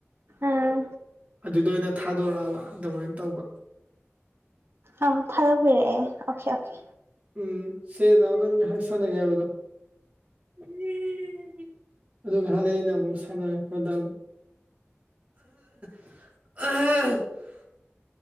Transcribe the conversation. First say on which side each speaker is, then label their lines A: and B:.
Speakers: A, on the right; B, on the right.
A: ꯎꯝ
B: ꯑꯗꯨꯗ ꯑꯣꯏꯅ ꯊꯥꯗꯣꯔꯛꯑꯕ ꯑꯗꯨꯃꯥꯏꯟ ꯇꯧꯕ
A: ꯑꯥ ꯊꯥꯗꯣꯛꯄꯤꯔꯛꯑꯦ ꯑꯣꯀꯦ ꯑꯣꯀꯦ
B: ꯎꯝ ꯁꯦ ꯅꯥꯎ ꯅꯪ ꯉꯍꯥꯛ ꯁꯥꯟꯅꯒꯦ ꯍꯥꯏꯕꯗꯣ <unintelligible> ꯑꯗꯨ ꯉꯍꯥꯛ ꯂꯩ ꯑꯩꯅ ꯑꯃꯨꯛ ꯁꯥꯟꯅꯔꯛꯈ꯭ꯔꯗꯃꯤ <unintelligible>